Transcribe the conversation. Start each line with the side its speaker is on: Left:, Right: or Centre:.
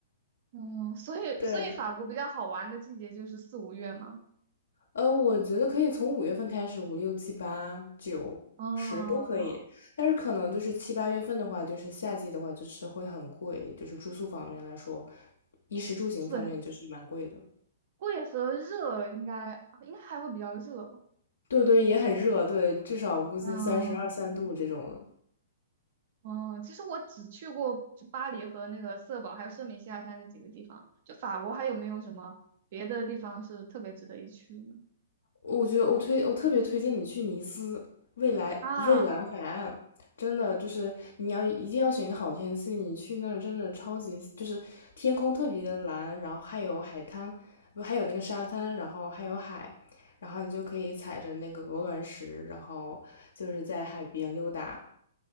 Right: 嗯，所以所以法国比较好玩的季节就是四五月嘛，
Left: 对，呃，我觉得可以从五月份开始，五六七八九十都可以，
Right: 嗯，
Left: 但是可能就是七八月份的话，就是夏季的话，就是会很贵，就是住宿方面来说，衣食住行方面就是蛮贵的。
Right: 很贵和热应该应该还会比较热吧，
Left: 对对，也很热，对，至少估计三十二三度这种。
Right: 嗯嗯，其实我只去过就巴黎和那个色堡，还有圣米西亚山这几个地方，就法国还有没有什么别的地方是特别值得一去的呢？
Left: 我觉得我推我特别推荐你去尼斯，未来蔚蓝海岸，
Right: 啊，
Left: 真的就是你要一定要选一个好天气，你去那儿真的超级就是天空特别的蓝，然后还有海滩，不还有那个沙滩，然后还有海，然后你就可以踩着那个鹅卵石，然后就是在海边溜达，